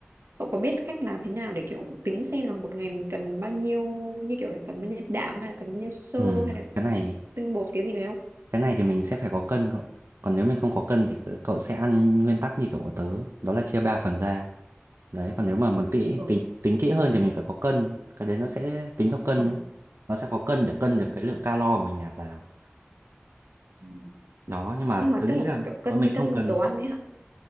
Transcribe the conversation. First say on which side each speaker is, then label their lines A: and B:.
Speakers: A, on the right; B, on the right.
A: cậu có biết cách làm thế nào để kiểu tính xem là một ngày mình cần bao nhiêu như kiểu là cần bao nhiêu đạm hay là cần bao nhiêu xơ
B: Ừ,
A: hay là
B: cái này
A: tinh bột cái gì đấy không
B: cái này thì mình sẽ phải có cân cậu ạ. Còn nếu mình không có cân thì cậu cậu sẽ ăn nguyên tắc như kiểu của tớ, đó là chia 3 phần ra. Đấy, còn nếu mà muốn tỉ
A: ừ,
B: tính, tính kỹ hơn thì mình phải có cân, cái đấy nó sẽ tính theo cân
A: ừ,
B: ấy. Nó sẽ có cân để cân
A: ừ.
B: được cái lượng calo mà mình nạp vào.
A: ừ.
B: Đó, nhưng mà
A: nhưng mà
B: tớ nghĩ
A: tức là
B: là
A: kiểu cân
B: bọn mình
A: cân
B: không cần
A: đồ ăn ấy hả